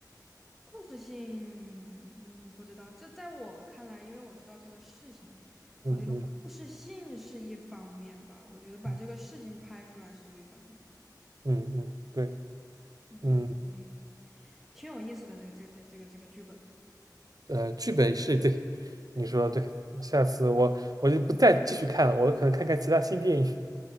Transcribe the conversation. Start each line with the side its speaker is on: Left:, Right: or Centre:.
Centre: 故事性，嗯，不知道。这在我看来，因为我知道这个事情，
Right: <laughs> 嗯嗯
Centre: 我觉得故事性是一方面吧。我觉得把这个事情拍出来是一方面，
Right: 嗯嗯嗯，对。
Centre: 嗯，
Right: 嗯。
Centre: 哎，挺有意思的。这个这这这个这个剧本，
Right: 呃，剧本是对，你说的对。下次我我就不再继续看了，我可能看看其他新电影，